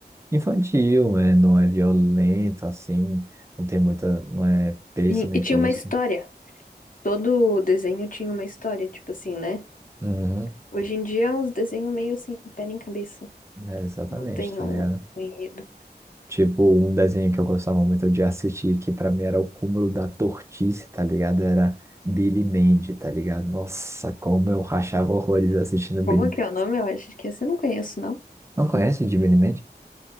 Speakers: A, on the right (about 15°); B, on the left (about 50°).
A: infantil, é, não é violento assim, não tem muita, não é besta
B: E,
A: nem
B: e tinha
A: tosco.
B: uma história. Todo desenho tinha uma história, tipo assim, né?
A: Uhum.
B: Hoje em dia é uns desenhos meio sem pé nem cabeça.
A: É, exatamente,
B: Não tem
A: tá
B: um,
A: ligado?
B: um enredo.
A: Tipo, um desenho que eu gostava muito de assistir, que pra mim era o cúmulo da tortice, tá ligado? Era Billy Mandy, tá ligado? Nossa, como eu rachava horrores assistindo Billy
B: Como
A: Mandy.
B: que é o nome? Eu acho que esse eu não conheço, não.
A: Não conhece de Billy Mandy?